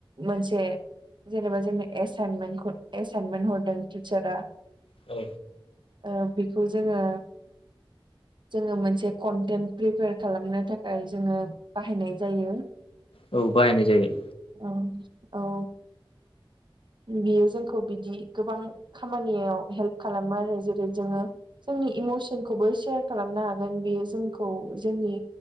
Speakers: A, on the right; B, on the left.
A: मोनसे जेनेबा जोंनो एसाइमेन्टखौ एसाइनमेन्ट हरदों टिचारा
B: औ
A: ओ बेखौ जोङो जोङो मोनसे कनटेन्ट प्रिपेयार खालामनो थाखाय खाय जोङो बाहायनाय जायो
B: औ बायनाय जायो
A: औ औ बेयो जोंखौ बिदि गोबां खामानियाव हेल्प खालामो आरो जेरै जोङो जोंनि इमसनखौबो सेयार खालामनो हागोन बेयो जोंखौ जोंनि